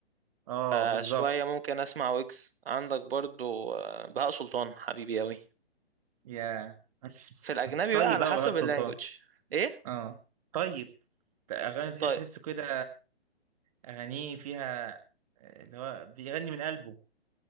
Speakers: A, on the right (about 35°); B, on the right (about 60°).
A: اه
B: فشوية
A: بالظبط
B: ممكن أسمع ويجز عندك برضو آه، بهاء سلطان حبيبي أوي
A: يا <laughs>
B: في الأجنبي
A: طيب
B: بقى على
A: بقى
B: حسب
A: وهاب سلطان
B: اللانجوج إيه؟
A: اه طيب اغاني تح-
B: طيب.
A: تحس كده اغانيه فيها آه، اللي هو بيغني من قلبه